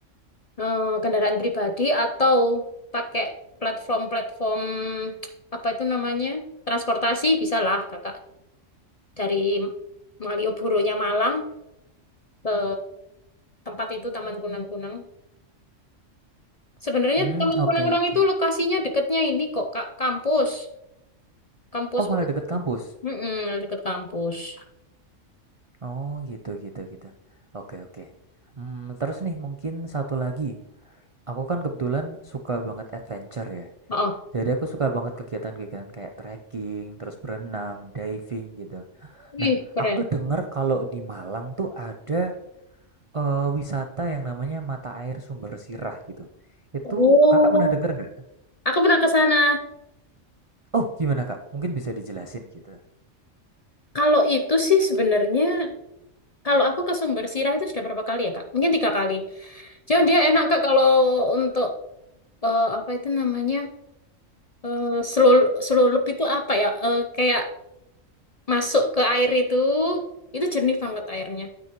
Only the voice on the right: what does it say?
hmm,
oke
oke.
Oh
malah
deket kampus.
Oh gitu gitu gitu. Oke oke. Hmm, terus nih mungkin satu lagi. Aku kan kebetulan suka banget adventure ya.
Jadi aku suka banget kegiatan-kegiatan kayak trekking, terus berenang, diving gitu.
Nah,
aku tuh denger kalau di Malang tuh ada eh, wisata yang namanya mata air sumber sirah gitu. Itu
kakak pernah denger nggak?
Oh, gimana kak? Mungkin bisa dijelasin gitu.